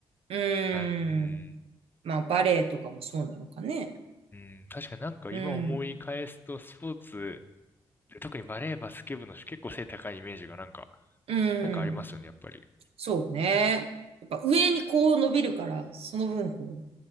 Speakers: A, on the right (about 80°); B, on the left (about 20°).
A: うーん。
B: なん、うん、
A: まあ、バレエとかもそうなのかね。
B: うん、確かになんか今思い返すとスポーツ、
A: うん。
B: 特にバレーバスケ部の人結構背高いイメージがなんか、
A: うん。
B: なんかありますよね、やっぱり。
A: そうね。やっぱ上にこう伸びるから、その分こう、